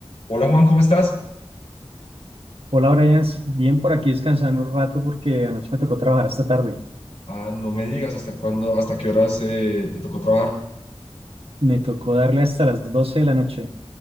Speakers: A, on the left (about 85°); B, on the right (about 65°).
A: Hola Juan, ¿cómo estás?
B: Hola Brian, bien por aquí descansando un rato porque anoche me tocó trabajar hasta tarde.
A: Ah, no me digas hasta cuándo, hasta qué horas eh, te tocó trabajar.
B: Me tocó darle hasta las 12 de la noche.